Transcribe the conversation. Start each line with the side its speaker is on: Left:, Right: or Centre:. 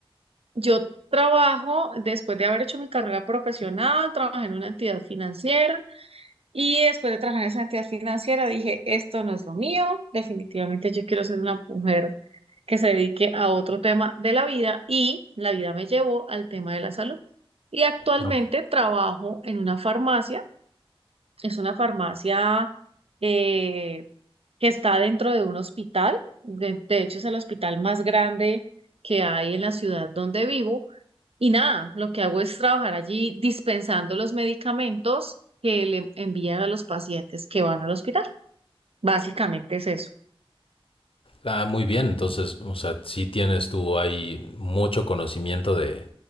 Right: yo trabajo, después de haber hecho mi carrera profesional, trabajé en una entidad financiera y después de trabajar en esa entidad financiera dije, esto no es lo mío, definitivamente yo quiero ser una mujer que se dedique a otro tema de la vida y la vida me llevó al tema de la salud. Y actualmente
Left: ¿no?
Right: trabajo en una farmacia, es una farmacia... eh, que está dentro de un hospital. De, de hecho, es el hospital más grande que hay en la ciudad donde vivo. Y nada, lo que hago es trabajar allí dispensando los medicamentos que le envían a los pacientes que van al hospital. Básicamente es eso.
Left: Ah, muy bien. Entonces, o sea, sí tienes tú ahí mucho conocimiento de,